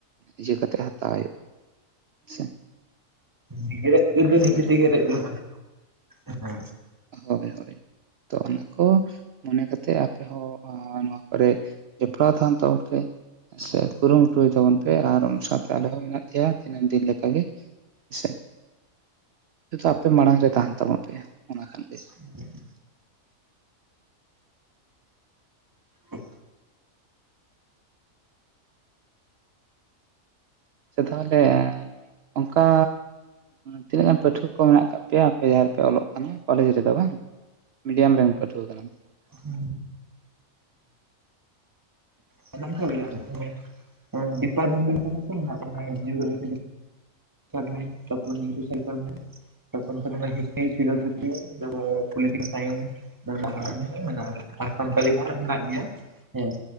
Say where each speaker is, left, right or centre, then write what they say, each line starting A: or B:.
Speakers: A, on the right; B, on the right.
A: ᱤᱭᱟᱹ ᱠᱟᱛᱮᱜ ᱦᱟᱛᱟᱣ ᱦᱩᱭᱩᱜ-ᱟ ᱦᱮᱸᱥᱮ
B: ᱱᱤᱡᱮᱨᱟᱜ ᱟᱹᱭᱫᱟᱹᱨ ᱫᱚ ᱱᱤᱡᱮ ᱛᱮᱜᱮ ᱨᱮᱡ ᱦᱩᱭᱩᱜ-ᱟ
A: ᱦᱳᱭ ᱦᱳᱭ ᱛᱚ ᱚᱱᱟ ᱠᱚ ᱢᱚᱱᱮ ᱠᱟᱛᱮᱜ ᱟᱯᱮ ᱦᱚᱸ ᱱᱚᱣᱟ ᱠᱚᱨᱮ ᱡᱚᱯᱲᱟᱣ ᱛᱟᱦᱮᱱ ᱛᱟᱵᱚᱱ ᱯᱮ ᱥᱮ ᱠᱩᱨᱩᱢᱩᱴᱩᱭ ᱛᱟᱵᱚᱱ ᱯᱮ ᱟᱨ ᱥᱟᱶ ᱟᱞᱮᱦᱚᱸ ᱢᱮᱱᱟᱜ ᱞᱮᱭᱟ ᱫᱤᱱᱟᱹᱢ ᱫᱤᱱ ᱞᱮᱠᱟ ᱜᱮ ᱦᱮᱸᱥᱮ ᱟᱪᱪᱷᱟ ᱟᱯᱮ ᱢᱟᱲᱟᱝ ᱨᱮ ᱛᱟᱦᱮᱱ ᱛᱟᱵᱚᱱ ᱯᱮ ᱚᱱᱟᱠᱷᱟᱱ ᱜᱮ
B: ᱦᱩᱸ ᱦᱮ
A: ᱟᱪᱪᱷᱟ ᱛᱟᱦᱚᱞᱮ ᱚᱱᱠᱟ ᱛᱤᱱᱟᱹᱜ ᱜᱟᱱ ᱯᱟᱹᱴᱷᱩᱣᱟᱹ ᱠᱚ ᱢᱮᱱᱟᱜ ᱟᱠᱟᱜ ᱯᱮᱭᱟ ᱟᱯᱮ ᱡᱟᱦᱟᱸ ᱨᱮᱯᱮ ᱚᱞᱚᱜ ᱠᱟᱱᱟ ᱠᱚᱞᱮᱡᱽ ᱨᱮᱫᱚ ᱵᱟᱝ ᱢᱤᱰᱤᱭᱟᱢ ᱨᱮᱱ ᱯᱟᱹᱴᱷᱩᱣᱟᱹ ᱠᱟᱱᱟᱢ
B: ᱦᱩᱸ ᱢᱮᱱᱟᱜ ᱠᱟᱜ ᱞᱮᱭᱟ <unintelligible> ᱰᱤᱯᱟᱨᱢᱮᱱᱴ ᱠᱚᱫᱚ ᱛᱤᱱᱟᱹᱜ ᱡᱤᱭᱳᱜᱨᱟᱯᱷᱤ ᱥᱟᱱᱛᱟᱞᱤ ᱛᱟᱯᱚᱨ ᱱᱤᱭᱩᱴᱮᱥᱚᱱ ᱛᱟᱯᱚᱨᱮ ᱦᱤᱥᱴᱨᱤ ᱯᱷᱤᱞᱚᱡᱚᱯᱤ
A: ᱦᱩᱸ
B: ᱯᱚᱞᱤᱴᱮᱠᱮᱞ ᱥᱟᱭᱮᱱᱥ ᱢᱮᱱᱟᱜ
A: ᱦᱩᱸ
B: ᱟ ᱟᱨ ᱥᱟᱱᱛᱟᱤ ᱫᱚ ᱦᱟᱸᱜ ᱢᱮᱱᱟᱜ ᱜᱮᱭᱟ ᱦᱮᱸ